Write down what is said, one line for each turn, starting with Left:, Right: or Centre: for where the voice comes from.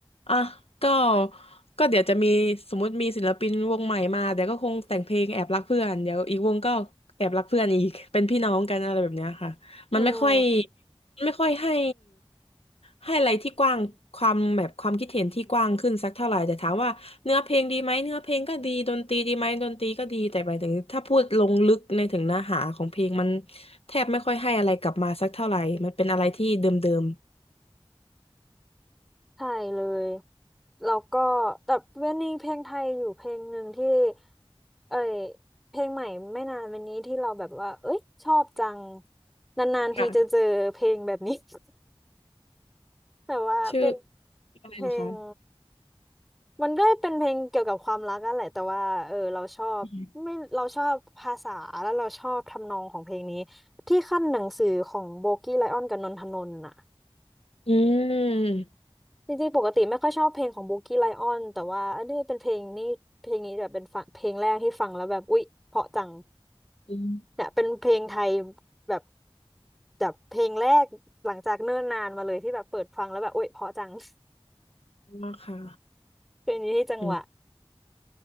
Left: อ่ะก็ก็เดี๋ยวจะมีสมมติมีศิลปินวงใหม่มาเดี๋ยวก็คงแต่งเพลงแอบรักเพื่อนเดี๋ยวอีกวงก็แอบรักเพื่อนอีกเป็นพี่น้องกันอะไรแบบเนี้ยค่ะ
Centre: <laughs> อืม
Left: มันไม่ค่อยมันไม่ค่อยให้ให้อะไรที่กว้างความแบบความคิดเห็นที่กว้างขึ้นสักเท่าไหร่แต่ถามว่าเนื้อเพลงดีไหมเนื้อเพลงก็ดีดนตรีดีไหมดนตรีก็ดีแต่หมายถึงถ้าพูดลงลึกในถึงเนื้อหาของเพลงมันแทบไม่ค่อยให้อะไรกลับมาสักเท่าไหร่มันเป็นอะไรที่เดิม
Centre: ใช่เลยแล้วก็แต่เวนนี่เพลงไทยอยู่เพลงหนึ่งที่เอ้ยเพลงใหม่ไม่นานวันนี้ที่เราแบบว่าเอ้ยชอบจังนานๆทีจะเจอเพลงแบบนี้
Left: ๆค่ะ
Centre: <laughs> แต่ว่าเป็น
Left: ชื่ออะไรล่ะคะ
Centre: เพลง มันก็เป็นเพลงเกี่ยวกับความรักกันแหละแต่ว่าเออเราชอบไม่เราชอบภาษาแล้วเราชอบทำนองของเพลงนี้
Left: อืม
Centre: ที่ขั้นหนังสือของโบกี้ไลออนกับนนทนนท์น่ะ
Left: อืม
Centre: จริงๆปกติไม่ค่อยชอบเพลงของโบกี้ไลออนแต่ว่าอันนี้เป็นเพลงนี่เพลงนี้แบบเป็นฟังเพลงแรกที่ฟังแล้วแบบอุ๊ยเพราะจัง
Left: อืม
Centre: เนี่ยเป็นเพลงไทยแบบแบบเพลงแรกหลังจากเนิ่นนานมาเลยที่แบบเปิดฟังแล้วแบบอุ๊ยเพราะจัง <laughs>
Left: ว่าค่ะ
Centre: เพลงนี้ที่จังหวะ
Left: อืม